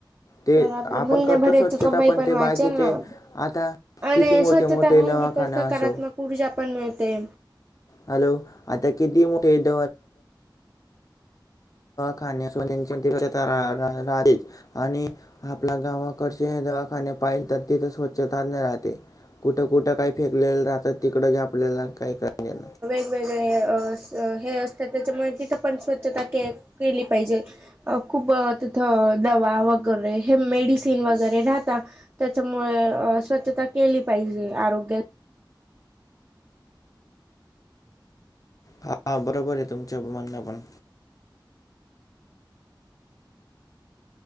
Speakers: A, on the left (about 45°); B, on the right (about 30°).
A: ते
B: तर आपल्या
A: आपण
B: महिन्याभराची
A: करतो स्वच्छता
B: कमाई पण
A: ते
B: वाचेल
A: बाकीचे
B: ना
A: आता
B: आणि
A: किती मोठे
B: स्वच्छता
A: मोठे
B: राहिली
A: दवाखाने
B: तर सकारात्मक
A: असो
B: ऊर्जा पण मिळते
A: हॅलो आता किती मोठेत खाणे असून त्यांचीव राहतेच आणि आपल्या गावाकडचे हे दवाखाने पाहिले तर तिथे स्वच्छताज राहते कुठं कुठं काय फेकलेलं राहत तिकडच आपल्याला काय कर
B: वेवेगळे हे असतात त्याच्यामुळे तिथं पण स्वच्छता के केली पाहिजे अ खूप तिथं दवा वगैरे हे मेडिसिन वगैरे राहता त्याच्यामुळे स्वच्छता केली पाहिजे आरोग्य
A: हा बरोबर आहे तुमच्या अभमान्य पण